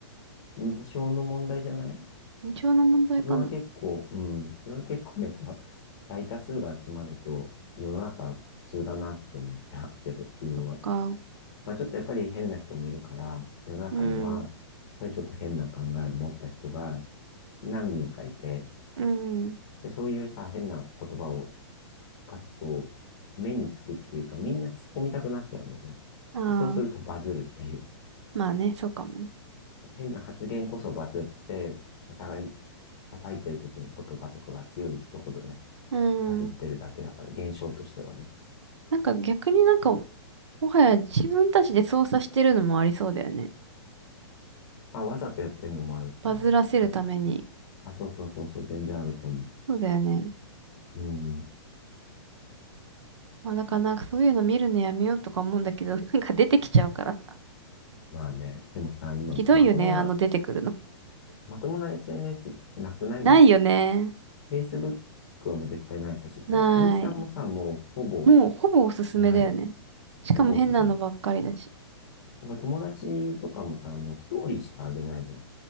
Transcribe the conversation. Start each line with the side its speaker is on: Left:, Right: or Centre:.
Left: 印象の問題じゃない
Right: 印象の問題かな。
Left: 自分は結構、うん、自分は結構やっぱ大多数が集まると世の中普通だなって思っちゃうけど、自分は。
Right: そっか。
Left: まあちょっとやっぱり変な人もいるから、世の中には、
Right: うん。
Left: やっぱりちょっと変な考えを持った人が何人かいて、
Right: うんうん。
Left: で、そういうさ、変な言葉を書くと、目につくっていうか、みんな突っ込みたくなっちゃうんだよね。
Right: ああ、
Left: でそうするとバズるっていう。
Right: まあね、そうかもね。
Left: 変な発言こそバズって、お互い、叩いてる時の言葉とかが強い人ほどね。
Right: うん。
Left: バズってるだけだから、現象としてはね。
Right: なんか逆になんか、もはや自分たちで操作してるのもありそうだよね。
Left: あ、わざとやってんのもあると思うよ。
Right: バズらせるために。
Left: あ、あそうそうそうそう、全然あると思
Right: そうだよね。
Left: う。うん。
Right: まあだからなんかそういうの見るのやめようとか思うんだけど、<laughs> なんか出てきちゃうからさ。
Left: まあね。でもさ、今、
Right: ひどいよね、
Left: まともな、
Right: あの出てくるの。
Left: まともな SNS なくないもん。
Right: ないよね。
Left: Facebook はもう絶対ないしさ、
Right: ない。
Left: インスタもさ、もうほぼ
Right: もうほぼおすすめだよね。
Left: ない。
Right: しかも変なのばっかりだし。
Left: ほぼ進む。だから友達とかもさ、あの、ストーリーしかあげないじゃん。